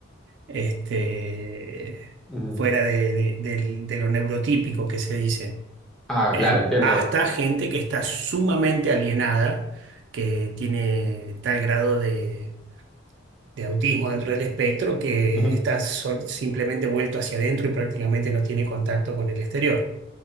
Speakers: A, on the right; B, in the centre.
A: este,
B: Ujú.
A: fuera de, de- del- de lo neurotípico que se dice,
B: Ah,
A: En-
B: claro, entiendo.
A: hasta gente que está sumamente alienada, que tiene tal grado de... de autismo dentro del espectro que
B: Ujú.
A: está sol- simplemente vuelto hacia adentro y prácticamente no tiene contacto con el exterior.